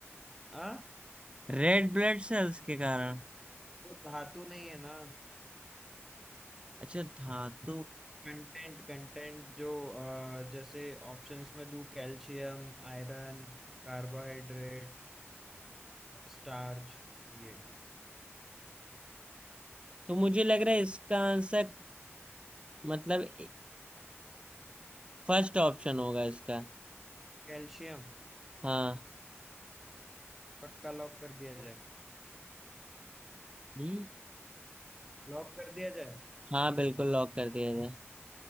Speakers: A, in the centre; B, on the right.
A: आ
B: Red blood cells के कारण
A: वो धातु नहीं है ना
B: अच्छा धातु
A: कंटेंट कंटेंट जो अ, जैसे ऑप्शंस में दूं कैल्शियम आयरन कार्बोहाइड्रेट स्टार्च ये
B: तो मुझे लग रहा है इसका आंसर मतलब फर्स्ट ऑप्शन होगा इसका
A: कैल्शियम
B: हाँ
A: पक्का लॉक कर दिया जाए
B: हम्म,
A: लॉक कर दिया जाए
B: हाँ बिल्कुल लॉक कर दिया जाए